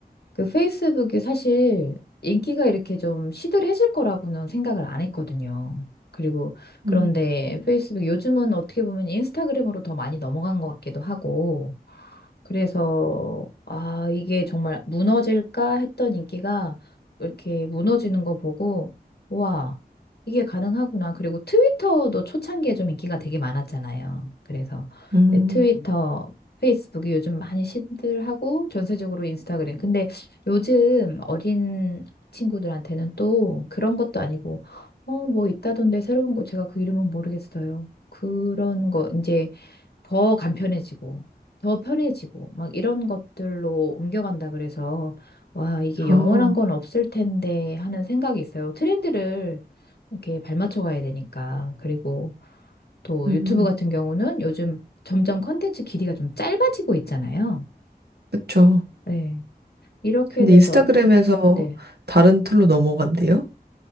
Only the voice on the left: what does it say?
그 페이스북이 사실 인기가 이렇게 좀 시들해질 거라고는 생각을 안 했거든요. 그리고 그런데
페이스북 요즘은 어떻게 보면 인스타그램으로 더 많이 넘어간 것 같기도 하고 그래서 아 이게 정말 무너질까 했던 인기가 이렇게 무너지는 거 보고 와 이게 가능하구나. 그리고 트위터도 초창기에 좀 인기가 되게 많았잖아요. 그래서
네, 트위터, 페이스북이 요즘 많이 시들하고 전세적으로 인스타그램. 근데 요즘 어린 친구들한테는 또 그런 것도 아니고, 어, 뭐 있다던데 새로운 거 제가 그 이름은 모르겠어요. 그런 거 이제 더 간편해지고, 더 편해지고, 막 이런 것들로 옮겨간다 그래서, 와, 이게
영원한 건 없을 텐데 하는 생각이 있어요. 트렌드를 이렇게 발맞춰 가야 되니까. 그리고 또
유튜브 같은 경우는 요즘 점점 컨텐츠 길이가 좀 짧아지고 있잖아요.
네. 이렇게
돼서,
네.